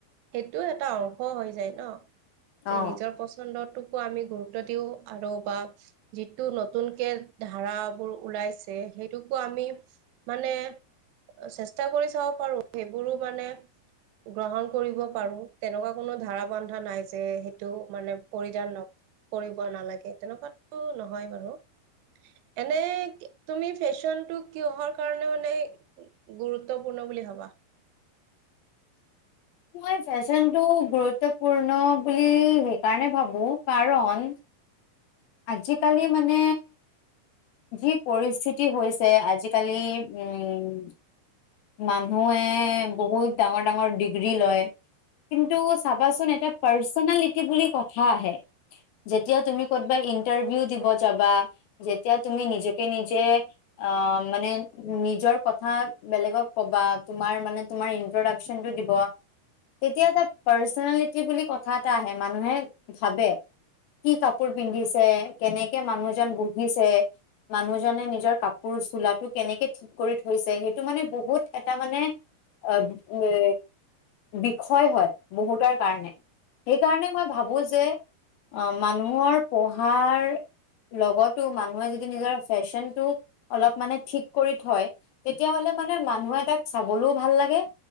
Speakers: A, on the right; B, on the left.
A: সেইটো এটা অংশ হৈ যায় ন? যে,
B: অ
A: নিজৰ পচ <unintelligible> টোকো আমি গুৰুত্ব দিওঁ, আৰু বা যিটো নতুনকে ধাৰাবোৰ ওলাইছে, সেইটোকো আমি মানে চেষ্টা কৰি চাব পাৰোঁ, সেইবোৰো মানে গ্ৰহণ কৰিব পাৰোঁ, তেনেকুৱা কোনো ধাৰা বন্ধা নাই যে, সেইটো মানে পৰিধান নক কৰিব নালাগে তেনেকুৱাতো নহয় বাৰু। এনে তুমি ফেশ্বনটো কিহৰ কাৰণে মানে গুৰুত্বপূৰ্ণ বুলি ভাবা?
B: মই ফেশ্বনটো গুৰুত্বপূৰ্ণ বুলি সেইকাৰণে ভাবোঁ, কাৰণ আজিকালি মানে যি পৰিস্থিতি হৈছে আজিকালি উম মানুহে বহুত ডাঙৰ, ডাঙৰ ডিগ্ৰী লয়। কিন্তু চাবাচোন এটা পাৰ্চনেলিটি বুলি কথা আহে। যেতিয়া তুমি কৰ'বাত ইন্টাৰভিউ দিব যাবা এতিয়া তুমি নিজকে নিজে অ' মানে নিজৰ কথা বেলেগক কবা তোমাৰ মানে তুমাৰ ইনট্ৰডাক্যন টো দিব। তেতিয়া এটা পাৰ্চনেলিটি বুলি কথা এটা আহে, মানুহে ভাবে। কি কাপোৰ পিন্ধিছে কেনেকে মানুহজন বহিছে। মানুহজনে নিজৰ কাপোৰ চোলাটো কেনেকে <unintelligible> কৰি থৈছে সেইটো মানে বহুত এটা মানে অ এ, বিষয় হয় বহুতৰ কাৰণে, সেইকাৰণে মই ভাবো যে অ' মানুহৰ পঢ়াৰ লগত মানুহে যদি নিজৰ ফেশ্বন টো অলপ মানে ঠিক কৰি থয়। তেতিয়াহ'লে মানে মানুহে তাক চাবলৈও ভাল লাগে।